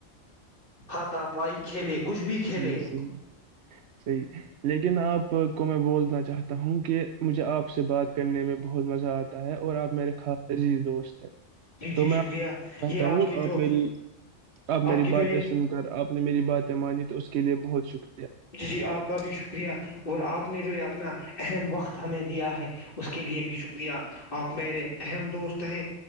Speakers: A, on the left (about 45°); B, on the right (about 65°).
A: ہاتا پائی کھیلے کچھ بھی
B: صحیح
A: کھیلیں
B: صحیح صحیح لیکن آپ کو میں بولنا چاہتا ہوں کہ مجھے آپ سے بات کرنے میں بہت مزہ آتا ہے اور آپ میرے خا عزیز دوست ہے
A: جی
B: تو
A: جی
B: میں
A: شکریہ
B: چتا
A: یہ
B: ہوں
A: کے جو
B: آپ میری آپ میری
A: کی جو
B: باتیں
A: یہ
B: سن کر آپ نے میری بات تمع تو اس کے لیے بہت شکریہ
A: جی جی آپ کا بھی شکریہ اور آپ آپ نے جو ہے اپنا اہم وقت ہمیں دیا ہے اس کے لیے بھی شکریہ آپ میرے اہم دوست ہیں